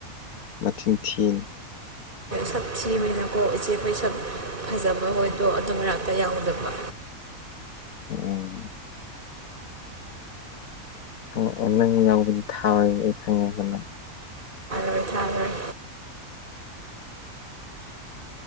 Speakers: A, on the left; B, on the right.
A: ꯃꯆꯤꯟ ꯊꯤ
B: ꯁꯛ ꯊꯤꯕꯅꯤꯀꯣ ꯏꯆꯦꯈꯣꯏ ꯁꯛ ꯐꯖꯕ ꯍꯣꯏꯗꯣ ꯑꯗꯨꯝ ꯃꯔꯛꯇ ꯌꯥꯎꯗꯕ
A: ꯑꯣꯑꯣꯝ ꯪꯦ ꯅꯪ ꯌꯥꯎꯕꯗꯤ ꯊꯥꯔꯣꯏ ꯑꯩ ꯈꯪꯉꯦꯕꯅ
B: ꯍꯣꯏ ꯊꯥꯒꯔꯦ